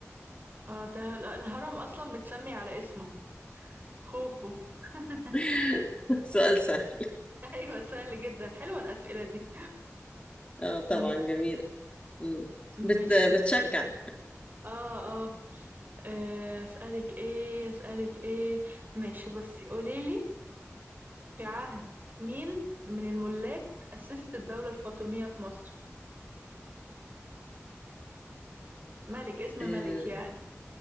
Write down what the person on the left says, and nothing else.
<laughs> سؤال سهل
آه طبعا
جميل مم. بت
بتشجع
آه